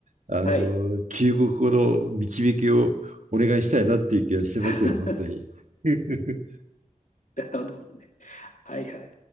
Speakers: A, on the right (about 65°); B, on the left (about 70°).
A: あの、
B: はい。
A: 中国語の導きをお願いしたいなっていう気がしてますよ、
B: <laughs>
A: 本当に。<laughs>
B: なるほどね。はいはい。